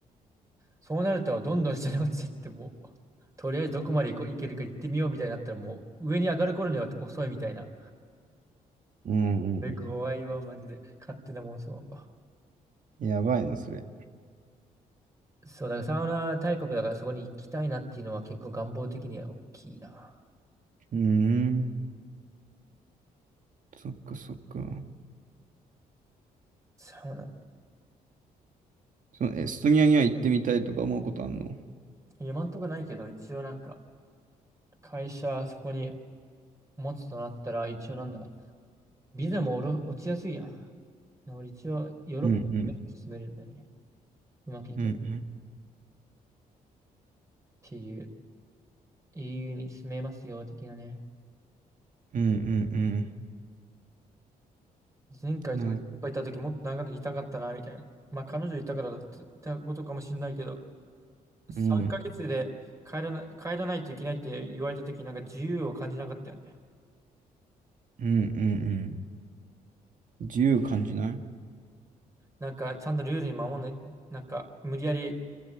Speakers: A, on the right; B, on the right.
A: そうなると、どんどん下に落ちていってもう、<laughs> とりあえずどこまで行こう、行けるか行ってみようみたいになったら、もう上に上がる頃には遅いみたいな。
B: うんうん
A: それ怖いわ、マジで。勝手な妄想。
B: うん。やばいな、それ。
A: そう、だからサウナ大国だからそこに行きたいなっていうのは結構願望的には大きいな。
B: うーん。そっかそっか。
A: サウナ。
B: そのエストニアには行ってみたいとか思うことあんの
A: 今んとこないけど、一応なんか、会社そこに持つとなったら、一応なんだ。ビザもおろ落ちやすいやん。俺一応ヨーロッパに住めるんだよね。
B: うんうん
A: うまくいけば。
B: うん
A: っていう、EU に住めますよ、的なね。
B: うんうんうん
A: 前回とかいっぱいい行った時もっと長くいたかったな、
B: うんなる
A: みたいな。まあ彼女いたからだったことかもしれないけど、3ヶ月で帰らな、
B: うん
A: 帰らないといけないって言われた時なんか自由を感じなかったよね。
B: うんうんうん自由感じない
A: なんかちゃんとルールに守んない、なんか無理やり